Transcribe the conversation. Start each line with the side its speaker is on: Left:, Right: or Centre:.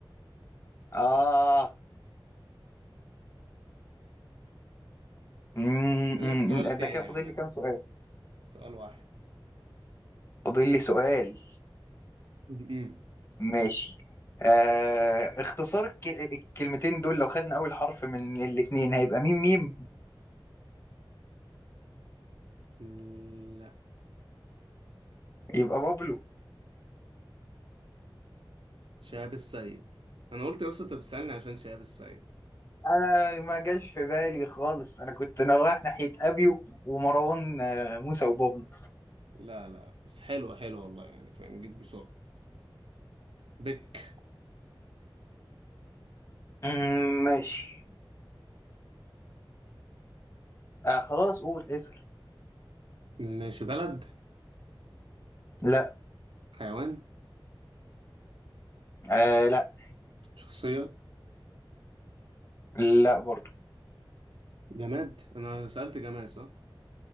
Left: اه امم
Right: فاضل
Left: أمم،
Right: لك سؤال تاني
Left: ده كده فاضل
Right: عامة
Left: لي كام سؤال
Right: سؤال واحد
Left: فاضل لي سؤال
Right: م-م.
Left: ماشي آه اختصار الك- الكلمتين دول لو خدنا اول حرف من الاتنين هيبقى ميم ميم
Right: لا
Left: يبقى بابلو
Right: شهاب السيد انا قلت يا اسطى انت بتسألني عشان شهاب السيد
Left: انا ما جاش في بالي خالص انا كنت انا رايح ناحية ابيو ومروان آه، موسى وبابلو
Right: لا لا بس حلوة حلوة والله يعني فاهم جيت بسرعة بك
Left: امم ماشي آه خلاص قول اسأل
Right: ماشي بلد
Left: لا
Right: حيوان
Left: آه لا
Right: شخصية
Left: لا برضو
Right: جماد انا سألت جماد صح